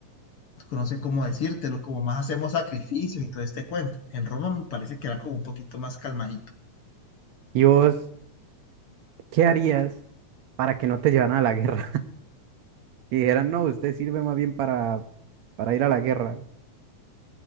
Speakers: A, on the left; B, on the right.
A: no sé cómo decírtelo, como más hacemos sacrificios y todo este cuento. En Roma me parece que era como un poquito más calmadito.
B: ¿Y vos ¿Qué harías para que no te llevaran a la guerra? <laughs> Que dijeran, no, usted sirve más bien para, para ir a la guerra,